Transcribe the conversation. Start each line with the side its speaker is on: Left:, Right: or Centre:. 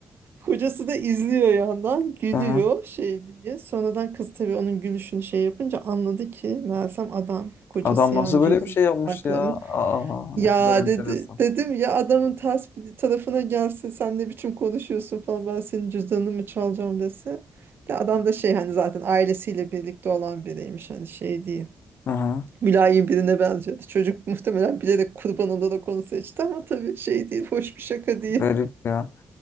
Right: Kocası da izliyor yandan gülüyor
Left: Aha.
Right: şey diye. Sonradan kız tabii onun gülüşünü şey yapınca anladı ki Mersem adam kocası
Left: Adam nasıl
Right: yani
Left: böyle
Right: cüzdanı
Left: bir şey yapmış
Right: saklamış.
Left: ya? Aa,
Right: Ya
Left: ne kadar enteresan.
Right: dedi dedim ya adamın ters bir tarafına gelse sen ne biçim konuşuyorsun falan ben senin cüzdanını mı çalacağım dese. De adam da şey hani zaten ailesiyle birlikte olan biriymiş hani şey değil.
Left: Aha,
Right: Mülayim birine benziyordu. Çocuk muhtemelen bilerek kurban olarak onu seçti ama tabii şey değil, hoş bir şaka değil.
Left: garip ya.